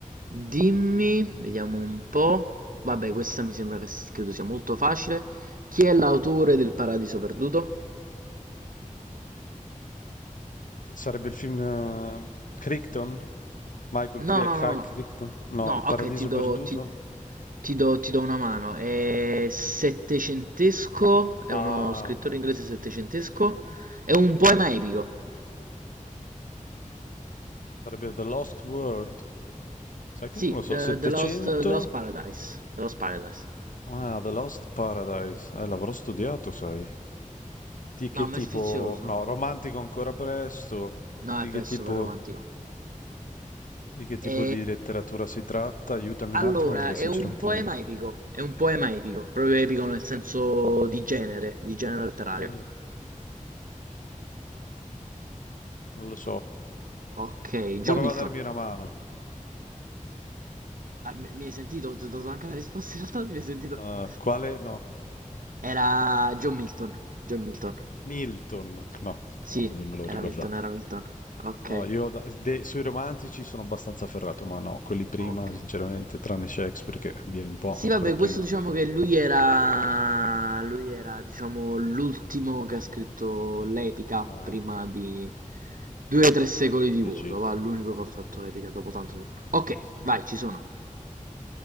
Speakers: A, on the right; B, on the left.
A: dimmi, vediamo un po'. Vabbè, questa mi sembra che s- credo sia molto facile. Chi è l'autore del Paradiso Perduto?
B: Sarebbe il film, ehm, Crichton? Michael Cri
A: No, no,
B: Craig
A: no, no.
B: Crichton? No,
A: No,
B: Il paradiso
A: ok, ti do,
B: perduto?
A: ti, ti do, ti do una mano. È settecentesco,
B: Eh.
A: è
B: Ah,
A: uno scrittore inglese settecentesco, è un poema epico.
B: sarebbe The Lost World? Sai che
A: Sì,
B: non lo so,
A: The,
B: 700?
A: The Lost, The Lost Paradise. The Lost Paradise.
B: Ah, The Lost Paradise. Eh, l'avrò studiato, sai. Di che
A: No,
B: tipo?
A: ma è sfizioso.
B: No, romantico ancora presto.
A: No,
B: Di
A: è presto
B: che tipo,
A: per romantico.
B: di che tipo
A: E
B: di letteratura si tratta? Aiutami
A: allora,
B: un attimo perché sinceramente
A: è un poema
B: non mi...
A: epico, è un poema epico, proprio epico nel
B: Oddio.
A: senso di genere, di genere letterario.
B: Mm, non lo so.
A: Ok,
B: Prova
A: John Milton.
B: a darmi una mano.
A: Ah, mi mi hai sentito? Ti ho dato anche la risposta in realtà, mi hai sentito?
B: Eh, quale? No.
A: Era John Milton, John Milton.
B: Milton, no,
A: Sì,
B: io non me lo
A: era
B: ricordavo.
A: Milton, era Milton. Ok,
B: No, io da- de- sui romantici sono abbastanza ferrato, ma no, quelli prima,
A: ok.
B: sinceramente, tranne Shakespeare che viene un po'
A: Sì,
B: ancora
A: vabbè,
B: prima
A: questo diciamo che lui era, lui era, diciamo, l'ultimo che ha scritto l'epica
B: ah,
A: prima di due o tre secoli
B: del romanticismo.
A: di vuoto, va, l'unico che ha fatto epica dopo tanto tempo. Ok,
B: Sì.
A: vai, ci sono.